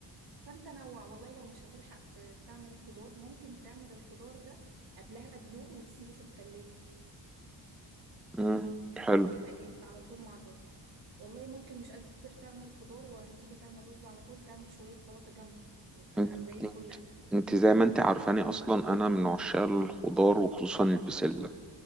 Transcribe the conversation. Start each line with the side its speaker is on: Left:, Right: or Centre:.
Right: فانت نوع والله لو مش هتلحق ت- تعمل خضار ممكن تعمل الخضار ده قبلها بيوم وتسيبه في التلاجة
Centre: امم
Right: بحيث
Centre: حلو
Right: انه يبقى جاهز على طول مع الرز والله ممكن مش قادر تعمل خضار وهتيجي تعمل رز على طول تعمل شوية سلطة جنبه هيبقى
Centre: انت
Right: زي الفل
Centre: انت زي ما انت عارفاني اصلا انا من عشاق الخضار وخصوصا البسله